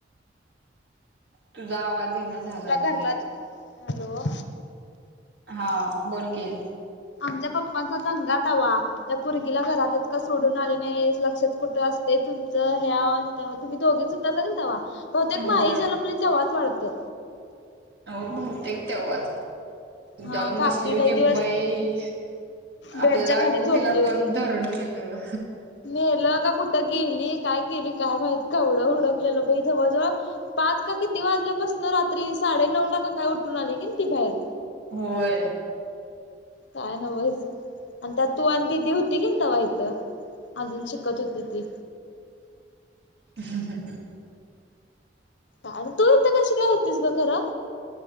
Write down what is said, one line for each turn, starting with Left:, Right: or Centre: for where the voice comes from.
Right: तुझा आवाज इना झालाय
Left: तिला घरलाच
Right: नीट
Left: हॅलो
Right: हा बोल की
Left: आमच्या पप्पांचा दंगाच हवा त्या पुर्गीला घरातच का सोडून आले नाही लक्षात कुठं असते तुमं्या तुम्ही दोघेच सुाल ना ते बहुतेक
Right: होय
Left: मा झाला म्ह वास वाढतो
Right: हो तेव्हाच
Left: हा
Right: जाऊन
Left: काकी
Right: बसली होती
Left: लय
Right: मुंबई
Left: दिवस बेडच्या
Right: आपल्याला वाटल
Left: खाली झोपली
Right: तिला
Left: होती
Right: कोण धरून न्हेलं
Left: नेलं का कुठं गेली काय केली काय माहित केवढ हुडकलेलो जवळ जवळ पाच का किती वाजल्यापासून रात्री साडे नऊ ला का काय उठून आली कनी ती बाहेर
Right: होय
Left: काय नवच आणि त्यात तू आणि दिदी होती की नाय तवा इथ आजून शिकत होती ती
Right: ह हम् हम् ह
Left: आणि तू इथं कशी काय होतीस ग खरं